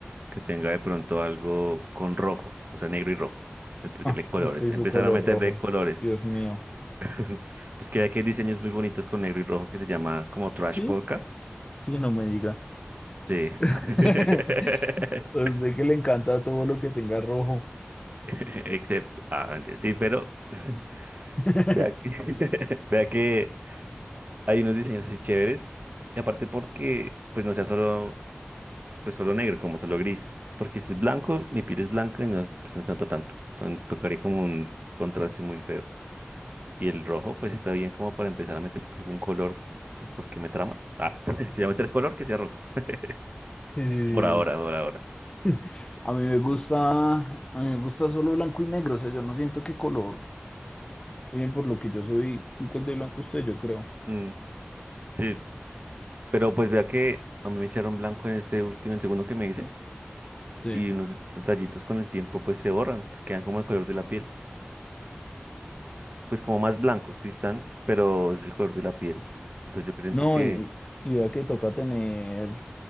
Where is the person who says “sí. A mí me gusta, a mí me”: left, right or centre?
Left